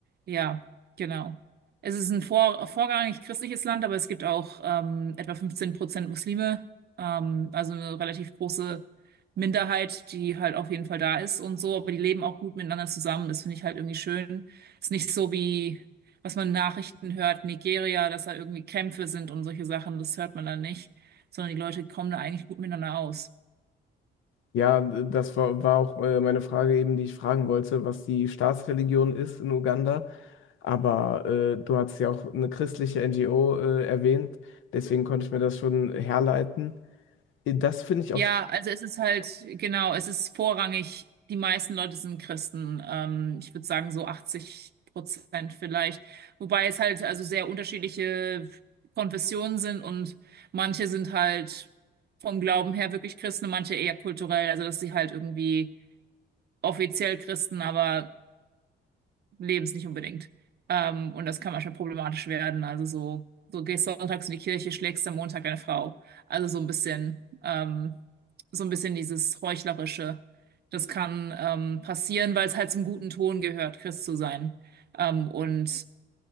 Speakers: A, on the right; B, on the left.
A: ja, genau. Es ist ein vor, vorrangig christliches Land, aber es gibt auch ähm, etwa 15 Prozent Muslime, ähm, also eine relativ große Minderheit, die halt auf jeden Fall da ist und so, aber die leben auch gut miteinander zusammen. Das finde ich halt irgendwie schön. Ist nicht so wie, was man in Nachrichten hört, Nigeria, dass da irgendwie Kämpfe sind und solche Sachen, das hört man dann nicht sondern die Leute kommen da eigentlich gut miteinander aus.
B: ja, das war, war auch äh, meine Frage eben, die ich fragen wollte, was die Staatsreligion ist in Uganda. Aber äh, du hast ja auch eine christliche NGO äh, erwähnt, deswegen konnte ich mir das schon herleiten. Äh, Das finde ich
A: Ja,
B: auf,
A: also es ist halt, genau, es ist vorrangig, die meisten Leute sind Christen. Ähm, ich würde sagen so 80 Prozent vielleicht. Wobei es halt also sehr unterschiedliche Konfessionen sind und manche sind halt vom Glauben her wirklich Christen, und manche eher kulturell, also dass sie halt irgendwie offiziell Christen, aber Lebens nicht unbedingt. Ähm, und das kann manchmal problematisch werden. Also so, so gehst sonntags in die Kirche, schlägst am Montag deine Frau. Also so ein bisschen, ähm, so ein bisschen dieses Heuchlerische. Das kann ähm, passieren, weil es halt zum guten Ton gehört, Christ zu sein. Ähm, und